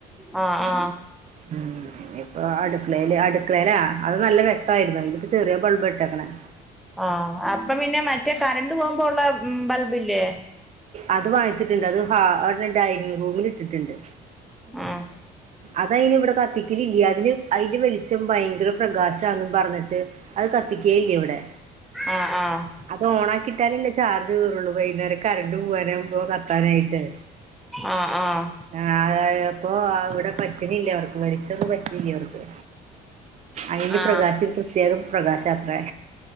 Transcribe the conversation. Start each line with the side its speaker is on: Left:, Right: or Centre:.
Centre: ആ ആ
Right: ഉം ഇഞ്ഞ്പ്പൊ അടുക്കളേല് അടുക്കളേലാ. അത് നല്ല വെക്തായിരുന്നു ഇത് ചെറ്യേ ബൾബാ ഇട്ടേക്‌ണെ
Centre: ആഹ് അപ്പ പിന്നെ മറ്റെ കരണ്ട് പോവുമ്പ ഉള്ള ബൾബ് ഇല്ലേ.
Right: അത് വാങ്ങിച്ചിട്ട്ണ്ട് അത് ഹാ അവടെ ഡൈനിങ് റൂമില് ഇട്ടിട്ട്ണ്ട്
Centre: ആഹ്
Right: അതയിന് ഇവിടെ കത്തിക്കലില്ല അതിന് അയിന്റെ വെളിച്ചം ഭയങ്കര പ്രകാശാന്നും പറ്ഞ്ഞിട്ട് അത് കത്തിക്കേ ഇല്ല ഇവടെ.
Centre: ആഹ് ആഹ്
Right: അത് ഓൺ ആക്കിട്ടാലല്ലെ ചാർജ് കേറൊള്ളു. വൈന്നേരം കരണ്ട് പോവാനുമ്പ കത്താനായിട്ട്.
Centre: ആഹ് ആഹ്
Right: ആ അതായപ്പോ അവിടെ പറ്റ്ണില്ല അവർക്ക് വെളിച്ചം ചൊന്നും പറ്റീല്ല അവർക്ക്. അതിന്റെ
Centre: ആ
Right: പ്രകാശം പ്രത്യേകം പ്രകാശാത്രെ